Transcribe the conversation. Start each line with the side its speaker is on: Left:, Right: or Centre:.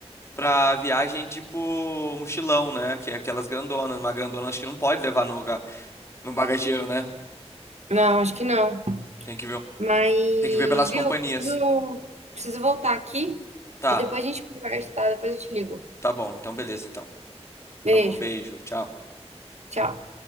Left: pra viagem tipo mochilão, né? Que é aquelas grandonas, mas grandona acho que não pode levar no, ga- no bagageiro, né?
Right: Não, acho que não.
Left: Tem que ver,
Right: Mas,
Left: tem que ver pelas
Right: viu,
Left: companhias.
Right: eu preciso, preciso voltar aqui.
Left: Tá,
Right: Aí Depois a gente conversa, tá? Depois eu te ligo.
Left: tá bom, então beleza, então.
Right: Beijo,
Left: Tá bom, beijo, tchau.
Right: tchau.